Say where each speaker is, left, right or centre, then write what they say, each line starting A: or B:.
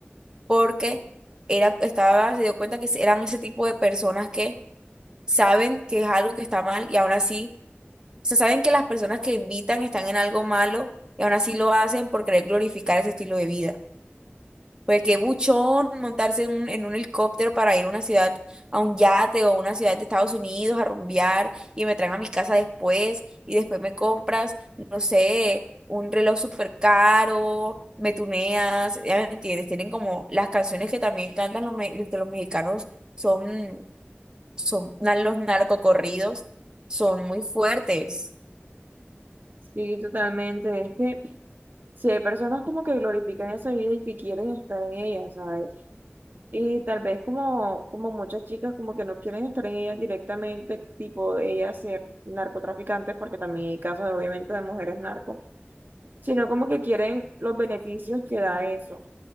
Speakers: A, on the right; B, on the right.
A: porque era, estaba, se dio cuenta que eran ese tipo de personas que saben que es algo que está mal y aún así sea, saben que las personas que invitan están en algo malo y aún así lo hacen por querer glorificar ese estilo de vida. Porque qué buchón montarse en un, en un helicóptero para ir a una ciudad, a un yate o a una ciudad de Estados Unidos a rumbear y me traen a mi casa después y después me compras, no sé, un reloj súper caro, me tuneas, ya me entiendes, tienen como las canciones que también cantan los, me- los los mexicanos son, son na- los narcocorridos, son muy fuertes.
B: sí, totalmente. Es que Sí, hay personas como que glorifican esa vida y que quieren estar en ella, ¿sabes? Y tal vez como, como muchas chicas como que no quieren estar en ella directamente, tipo ellas ser narcotraficantes, porque también hay casos de, obviamente de mujeres narcos, sino como que quieren los beneficios que da eso.